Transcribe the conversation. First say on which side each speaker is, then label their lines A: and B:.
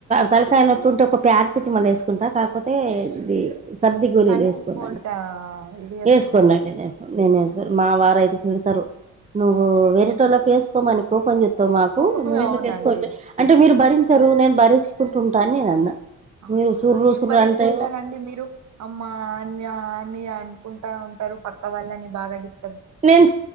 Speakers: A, on the right (about 25°); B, on the right (about 65°).
A: తలకాయ నొప్పి ఉంటే ఒక ప్యారసిటిమాల్ వేసుకుంటా కాకపోతే ఇది సర్ది గోళీలు
B: కానీ
A: వేసుకున్నాను
B: కోల్డ్గా ఇది చేసుకోరు
A: వేసుకున్నాండి నేను నేను ఎసర్ మా వారు అయితే తిడతారు నువ్వు వేరేటోళ్ళకి వేసుకోమని కోపం చెప్ మాకు
B: కోపమే
A: నువ్వ ఎందుకు
B: అవునండి
A: వేసుకోవచ్చ అంటే మీరు భరించరు నేను భరించుకుంటు ఉంటాని నేను అన్నా
B: ఆహా
A: మీరు సుర్రు
B: ఏం
A: సుర్రు
B: భరిసుకుంటారండి
A: అంటే
B: మీరు అమ్మా అన్ని అన్ని అనుకుంటా ఉంటారు పక్క వాళ్ళని బాగా డిస్
A: నేను